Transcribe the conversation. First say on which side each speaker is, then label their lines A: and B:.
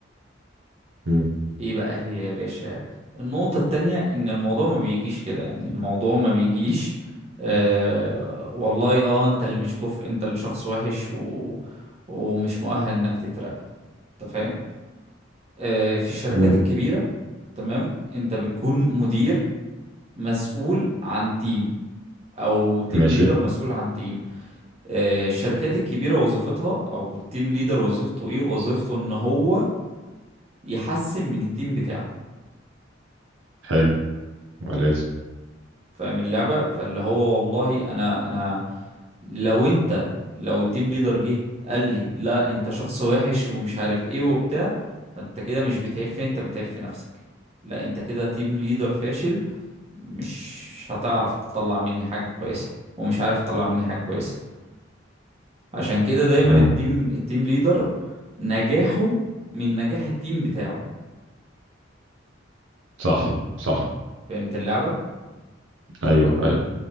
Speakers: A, on the right; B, on the right.
A: مم.
B: ايه بقى هي يا باشا النقطة التانية ان الموضوع ما بيجيش كده يعني الموضوع ما بيجيش آه والله اه انت اللي مش كفء انت اللي شخص وحش و... ومش مؤهل انك تترقى انت فاهم آه في الشركات
A: مم.
B: الكبيرة تمام انت بتكون مدير مسؤول عن تيم او تيم
A: ماشي
B: ليدر مسؤول عن تيم آه، الشركات الكبيرة وظيفتها أو التيم ليدر وظيفته إيه وظيفته إن هو يحسن من التيم بتاعه
A: حلو ولازم
B: فاهم اللعبة فاللي هو والله أنا أنا لو أنت لو التيم ليدر جه قال لي لا أنت شخص وحش ومش عارف إيه وبتاع فأنت كده مش بتعيب فين أنت بتعيب في نفسك لا أنت كده تيم ليدر فاشل مش هتعرف تطلع مني حاجة كويسة ومش عارف تطلع مني حاجة كويسة عشان كده دايما
A: مم.
B: التيم التيم ليدر نجاحه من نجاح التيم بتاعه
A: صح صح
B: فهمت اللعبة
A: ايوه ايوه